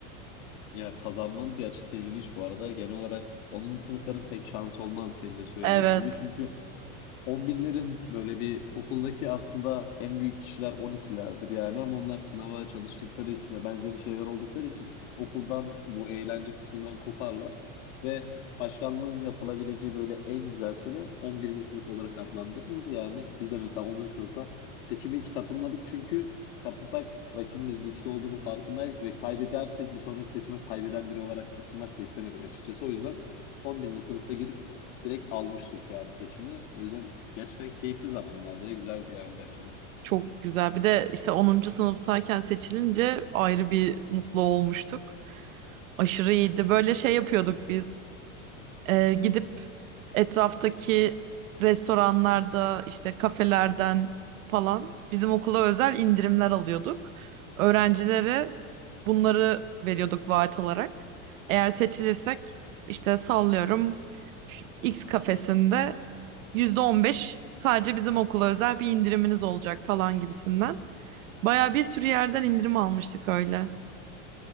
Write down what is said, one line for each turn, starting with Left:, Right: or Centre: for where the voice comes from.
Left: Ya kazanmanız gerçekten ilginç bu arada. Genel olarak 10. sınıfların pek şansı olmaz senin de söylediğin
Right: Evet,
Left: gibi. Çünkü 11'lerin böyle bir okuldaki aslında en büyük kişiler 12'lerdir yani ama onlar sınava çalıştıkları için ve benzeri şeyler oldukları için okuldan bu eğlence kısmından koparlar ve başkanlığın yapılabileceği böyle en güzel sene 11. sınıf olarak adlandırılır yani biz de mesela 10. sınıfta seçime hiç katılmadık çünkü katılsak rakibimiz güçlü olduğunu farkındaydık ve kaybedersek bir sonraki seçime kaybeden biri olarak katılmak da istemedik açıkçası o yüzden 11. sınıfta girip direkt almıştık yani seçimi. O yüzden Gerçekten keyifli zamanlardı ya. Güzeldi yani bence de.
Right: çok güzel. Bir de işte onuncu sınıftayken seçilince ayrı bir mutlu olmuştuk. Aşırı iyiydi. Böyle şey yapıyorduk biz. Ee, gidip etraftaki restoranlarda işte kafelerden falan bizim okula özel indirimler alıyorduk. Öğrencilere bunları veriyorduk vaat olarak. Eğer seçilirsek işte sallıyorum şu X kafesinde %15 sadece bizim okula özel bir indiriminiz olacak falan gibisinden. Baya bir sürü yerden indirim almıştık öyle.